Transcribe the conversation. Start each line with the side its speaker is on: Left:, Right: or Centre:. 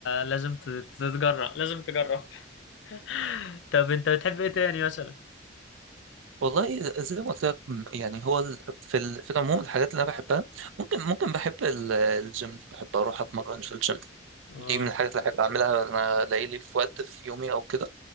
Left: لازم ت- تتجرأ لازم تجرب <laughs> طب انت بتحب ايه تاني مثلا
Right: والله ز- زي ما قلت لك م- يعني هو ال- في ال- في العموم الحاجات اللي انا بحبها ممكن ممكن بحب ال- الجيم بحب اروح اتمرن في الجيم
Left: اه
Right: دي من الحاجات اللي احب اعملها انا الاقي لي في وقت في يومي او كده